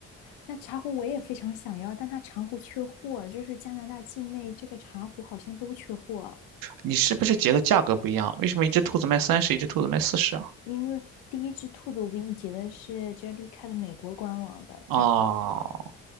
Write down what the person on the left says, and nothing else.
但茶壶我也非常想要，但它茶壶缺货，就是加拿大境内这个茶壶好像都缺货。
因为第一只兔子我给你截的是 Jellycat 美国官网的价格，